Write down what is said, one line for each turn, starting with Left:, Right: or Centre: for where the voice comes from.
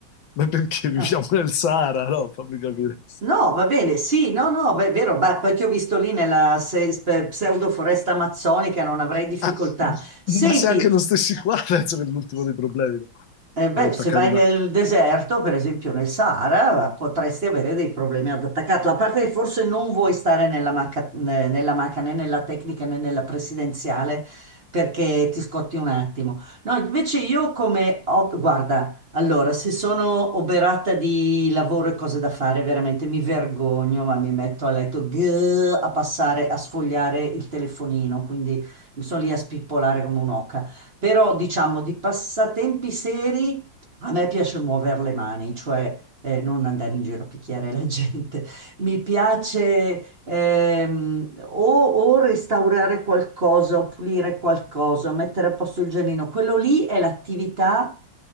Left: Ma perché viviamo
Right: No.
Left: nel Sahara? No, fammi capire.
Right: No, va bene, sì, no, no, è vero, ma poi ti ho visto lì nella se- spe- pseudo foresta amazzonica, non avrei difficoltà.
Left: Ah, <laughs>
Right: Senti,
Left: ma se anche non stessi qua, penso che <laughs> è l'ultimo dei problemi, no?
Right: eh beh,
Left: Per attaccare
Right: se vai
Left: una...
Right: nel deserto, per esempio nel Sahara, potresti avere dei problemi ad attaccarla. A parte che forse non vuoi stare nella macca, né- nella macca né nella tecnica né nella presidenziale perché ti scotti un attimo. No, invece io come... ho- guarda, allora, se sono oberata di lavoro e cose da fare, veramente mi vergogno, ma mi metto a letto grrr, a passare, a sfogliare il telefonino, quindi mi sono lì a spippolare come un'oca. Però diciamo di passatempi seri a me piace muovere le mani, cioè eh, non andare in giro a picchiare la <laughs> gente. Mi piace ehm, o, o restaurare qualcosa, o pulire qualcosa, mettere a posto il giardino. Quello lì è l'attività